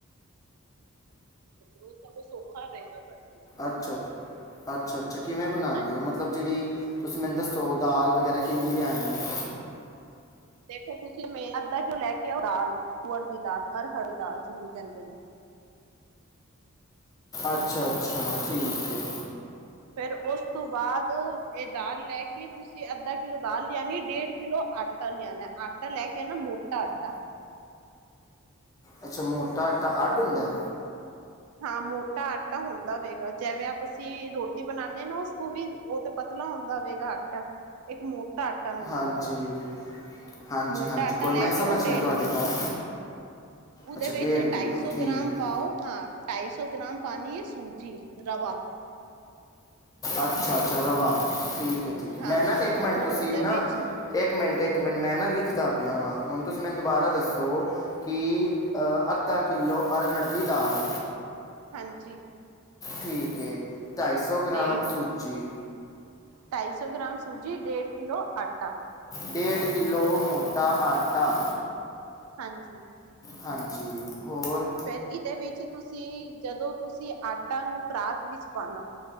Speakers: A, on the right; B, on the left.
A: ਉਹ ਸਗੋ ਸੌਖਾ ਰਹੇਗਾ। ਤੁਹਾਡੇ ਲਈ
B: ਅੱਛਾ ਅੱਛਾ ਅੱਛਾ ਅੱ ਕਿਵੇਂ ਬਣਾਉਂਦੇ
A: ਹਾਂਜੀ
B: ਹੋ ਮਤਲਬ ਜਿਹੜੀ ਤੁਸੀਂ ਮੈਨੂੰ ਦੱਸੋ ਦਾਲ ਵਗੈਰਾ ਕਿੰਨੀ ਲਿਆਉਣੀ ਹੈ
A: ਦੇਖੋ ਤੁਸੀਂ ਮੇਰਾ ਅੱਧਾ ਕਿਉ ਲੈ ਕੇ ਆਓ ਦਾਲ ਤੂਅਰ ਦੀ ਦਾਲ ਅਰਹਰ ਦੀ ਦਾਲ ਜਿਹਨੂੰ ਕਹਿੰਦੇ ਨੇ
B: ਅੱਛਾ ਅੱਛਾ ਠੀਕ ਹੈ
A: ਫੇਰ ਉਸ ਤੋਂ ਬਾਅਦ ਇਹ ਦਾਲ ਲੈ ਕੇ ਤੁਸੀਂ ਅੱਧਾ ਕਿਲੋ ਦਾਲ ਲਿਆਣੀ ਡੇਢ ਕਿੱਲੋ ਆਟਾ ਲਿਆਣੈ ਆਟਾ ਲੈ ਕੇ ਆਣਾ ਮੋਟਾ ਆਟਾ
B: ਅੱਛਾ ਮੋਟਾ ਆਟਾ ਅੱਡ ਹੁੰਦੈ
A: ਹਾਂ ਮੋਟਾ ਆਟਾ ਹੁੰਦਾ ਵੇਗਾ ਜਿਵੇਂ ਆਪ ਅਸੀਂ ਰੋਟੀ ਬਣਾਉਦੇ ਹਾਂ ਨਾ ਉਸ ਤੋਂ ਵੀ ਉਹ ਤੇ ਪਤਲਾ ਹੁੰਦਾ ਵੇਗਾ ਆਟਾ ਇੱਕ ਮੋਟ ਟਾ ਆਟਾ ਮਿਲਦਾ
B: ਹਾਂਜੀ
A: ਵਵੇਗਾ
B: ਹਾਂਜੀ
A: ਮੋਟਾ
B: ਹਾਂਜੀ
A: ਆਟਾ
B: ਕੋਈ
A: ਲੈ
B: ਮੈਂ
A: ਕੇ
B: ਸਮਝ
A: ਆਓ ਡੇਢ
B: ਗਿਆ ਤੁਹਾਡੀ
A: ਕਿਲੋ
B: ਗੱਲ
A: ਉਹਦੇ
B: ਅੱਛਾ
A: ਵਿੱਚ
B: ਕਿਲੋ
A: ਢਾਈ ਸੌ
B: ਠੀਕ
A: ਗ੍ਰਾਮ ਪਾਓ ਹਾਂ ਸੌ ਗ੍ਰਾਮ ਪਾਣੀ ਹੈ ਸੂਜੀ ਰਵਾ
B: ਅੱਛਾ ਅੱਛਾ ਰਵਾ ਠੀਕ ਠੀਕ ਠੀਕ
A: ਹਾਂ
B: ਮੈਂ ਨਾ ਇੱਕ ਮਿੰਟ
A: ਔਰ
B: ਤੁਸੀਂ
A: ਉਹਦੇ
B: ਨਾ
A: ਵਿੱਚ ਹਮ
B: ਇੱਕ ਮਿੰਟ ਇੱਕ
A: ਹਮ
B: ਮਿੰਟ ਮੈਂ ਨਾ ਲਿਖਦਾ ਪਿਆ ਵਾਂ ਹੁਣ ਤੁਸੀਂ ਮੈਨੂੰ ਦੁਬਾਰਾ ਦੱਸੋ ਕਿ ਅੱਧਾ ਕਿੱਲੋ ਅਰਹੜ ਦੀ ਦਾਲ
A: ਹਾਂਜੀ
B: ਠੀਕ ਏ ਢਾਈ ਸੌ ਗ੍ਰਾਮ
A: ਤੇ
B: ਸੂਜੀ
A: ਢਾਈ ਸੌ ਗ੍ਰਾਮ ਸੂਜੀ ਡੇਢ ਕਿਲੋ ਆਟਾ
B: ਡੇਢ ਕਿੱਲੋ ਮੋਟਾ ਆਟਾ
A: ਹਾਂਜੀ
B: ਹਾਂਜੀ ਹੋਰ
A: ਫੇਰ ਇਹਦੇ ਵਿੱਚ ਤੁਸੀਂ ਜਦੋਂ ਤੁਸੀਂ ਆਟਾ ਨੂੰ ਪਰਾਤ ਵਿੱਚ ਪਾਣਾ